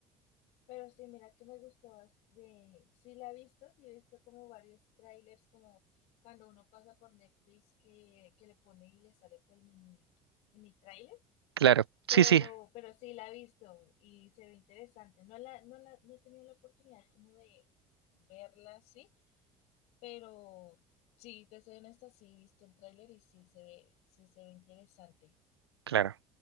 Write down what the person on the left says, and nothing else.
Pero sí, mira que me gustó, bas- de, sí la he visto, sí he visto como varios trailers, como cuando uno pasa por Netflix que, que le pone y le sale con el mini, mini trailer,
pero,
pero sí la he visto y se ve interesante. No la, no la, no he tenido la oportunidad como de verla sí pero sí, te soy honesta, sí he visto el trailer y sí se ve, sí se ve interesante.